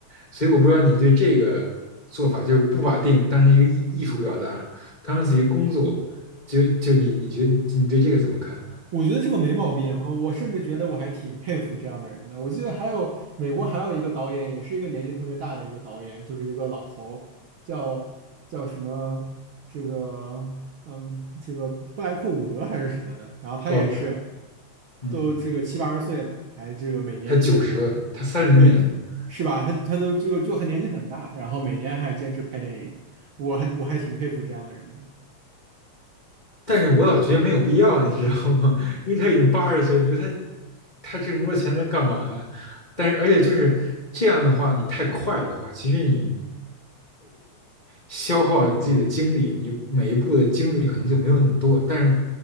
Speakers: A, on the left; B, on the right.
A: 所以我不知道你对这个做法，就不把电影当成一个艺艺术表达，当成自己工作，就就你你觉得你对这个怎么看？
B: 我觉得这个没毛病，我我甚至觉得我还挺佩服这样的人的。我记得还有美国还有一个导演，也是一个年纪特别大的一个导演，就是一个老头，叫叫什么这个嗯这个布莱克伍德还是什么的。然后他也是
A: 哦，嗯，
B: 都这个七八十岁了，还这个每年基本上
A: 他九十了，他三零年的，
B: 对是吧？他他都这个就很年纪很大，然后每年还坚持拍电影，我还我还挺佩服这样的人的。
A: 但是我老觉得没有必要，你知道吗？<laughs> 因为他已经八十岁，你说他他挣那么多钱他干嘛呀？但是而且就是这样的话，你太快的话，其实你消耗你自己的精力，你每一步的精力可能就没有那么多。但是